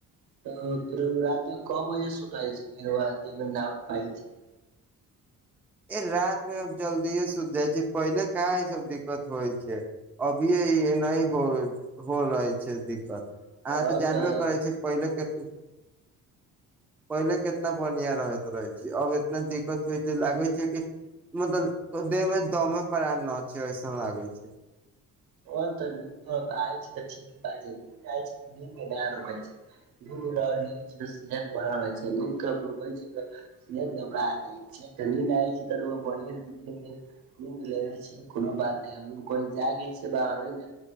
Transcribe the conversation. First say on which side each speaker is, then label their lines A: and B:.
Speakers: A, on the right; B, in the centre.
A: त तर रात क बजे सुताइ छै गर दीमे नउ पाय छै
B: ए रात मे हम जल्दीे सुति जाइ छी पहिले क सब दिक्कत होइ छै अभी इ एनाहीय हो हो रहै छै दिक्कत अहाँ
A: अ
B: त जानबे
A: तऽ
B: करै छी पहिले के पहिले केतना बढ़िया रहत रहे छै अब एतना दिक्कत होय छै लागे मतलब देह मे द मे पड़ा न छै ऐसन लागे छै
A: ओ तऽ आ ठीके बात छै नी रै छै दू ल छै त सेहत बढ़ल रहे छै दूध केब रो के छै सेहत गबड़ जाय नी न छै तर बिय दूती <unintelligible> नीन्द लेे छै कोनो बात नै कोई जागे छी बाहरै ने